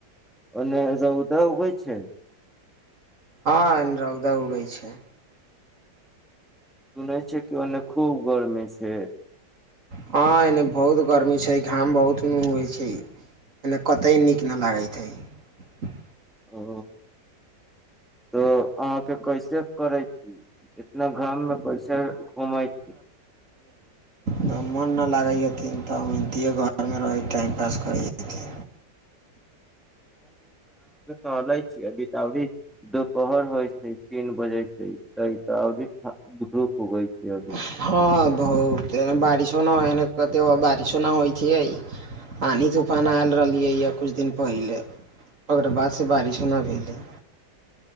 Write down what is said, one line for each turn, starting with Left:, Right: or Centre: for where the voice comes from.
Centre: ओने रौदा उगय छै।
Right: हँऽ रौदा उगै छै
Centre: सुनै छै कि ओन्ने खूब गर्मी छै।
Right: हँ एन बहुत गर्मी छै घाम बहुत न होइ छै एनऽ कतहु नीक नहि लागैत हइ
Centre: ओ तऽ अहाँके कैसे करै छी इतना घाममे कैसे घुमै छी
Right: त मोन नहि लागैय तखैन तऽ ओहिनतिए घरमे रहै टाइम पास करै छी
Centre: टहले छी अभी तऽ अी दुपहर होइ छै तीन बजे छै त तऽ अ धूप उगै छै अभी
Right: हँ घोऽ केहेन बारिशो न त बारिशो न होइ छै पानी तूफान आयल रहलीयै य किछु दिन पहिले ओकर बाद बारिशो नहि भेलै